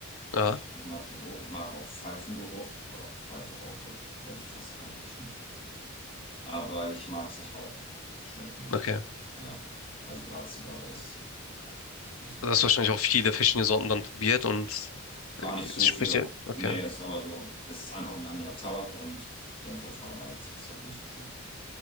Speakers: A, on the left; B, on the left.
A: Ja,
B: Ich, ich mag den Geruch. Ich mag auch Pfeifengeruch, aber Pfeife raucht heute, glaube ich, fast kein Mensch, ne? Aber ich mag es nicht rauchen. Schmeckt mir nicht.
A: okay.
B: Ja. Also gerade Zigarre ist, ja, ist nicht so
A: Du
B: mein
A: hast
B: Ding.
A: wahrscheinlich auch viele verschiedene Sorten dann probiert und
B: Gar nicht so
A: Spricht
B: viele.
A: ihr, okay.
B: Nee, ist aber so. Es ist einfach ein anderer Tabak und dann von vornherein hat es hat mir nicht geschmeckt.